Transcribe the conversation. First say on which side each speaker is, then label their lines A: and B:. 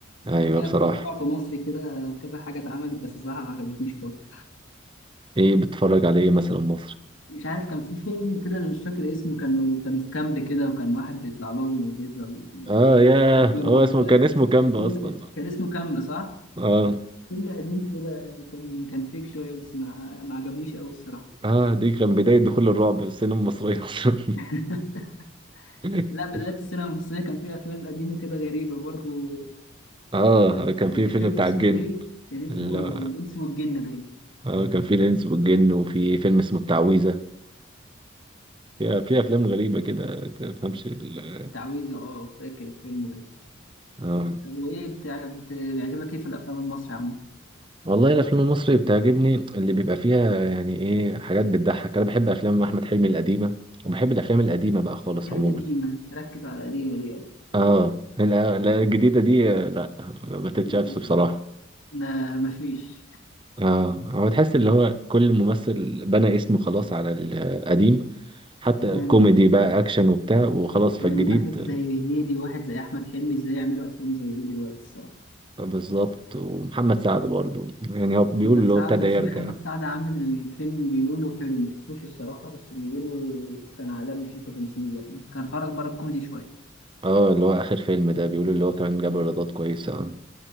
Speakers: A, on the right; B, on the left.
A: ايوه
B: في
A: بصراحه
B: افلام رعب مصري كده كذا حاجه اتعملت بس صراحه ما عجبتنيش خالص
A: ايه بتتفرج على ايه مثلا مصر
B: مش عارف كان في فيلم كده انا مش فاكر اسمه كانوا كانوا في كامب كده وكان واحد بيطلع لهم وبيفضل
A: اه ياه
B: في يوم
A: هو
B: واحد
A: اسمه
B: واحد
A: كان اسمه كامب
B: الفيلم
A: اصلا
B: كان اسمه كامب صح؟
A: اه
B: فيلم قديم كده يعني كان كان فيك شوية بس ما ما عجبنيش قوي الصراحة
A: اه دي كان بداية دخول الرعب في السينما المصرية اصلا
B: <laughs>
A: <laughs>
B: لا بدأت السينما المصرية كان فيها أفلام قديمة كده غريبة برضو
A: اه
B: آه،
A: كان في
B: في
A: فيلم
B: فيلم
A: بتاع
B: اسمه
A: الجن
B: إيه؟ كان اسمه
A: ال-
B: الإنس والجن باين
A: اه كان في الانس والجن وفي فيلم اسمه التعويذة في في افلام غريبة كده ما تفهمش ال-
B: التعويذة أه فاكر الفيلم ده
A: اه
B: طب وإيه بتاع- بت- بيعجبك إيه في الأفلام المصري عامة؟
A: والله الافلام المصري بتعجبني اللي بيبقى فيها يعني ايه حاجات بتضحك انا بحب افلام احمد حلمي القديمة وبحب الافلام القديمة بقى خالص
B: إيه القديمة؟
A: عموما
B: ركز على القديمة دي
A: اه لا لا الجديدة دي آه، لا ما تتشافش
B: أوي
A: بصراحة
B: ما ما فيش
A: اه هو تحس اللي هو كل ممثل بنى اسمه خلاص على القديم حتى
B: يعني
A: كوميدي بقى اكشن وبتاع وخلاص
B: كان
A: فالجديد
B: واحد زي هنيدي واحد زي أحمد حلمي إزاي يعملوا أفلام زي دي دلوقتي الصراحة
A: بالظبط ومحمد سعد برضو يعني هو بيقول
B: محمد
A: اللي
B: سعد
A: هو ابتدى
B: بس
A: يرجع
B: محمد سعد عامل الفيلم بيقولوا حلو مشفتوش الصراحة بس بيقولوا كان عالمي فيه تمثيل يعني كان خرج بره الكوميدي شوية
A: اه اللي هو اخر فيلم ده بيقول اللي هو كمان جاب ايرادات كويسة آه.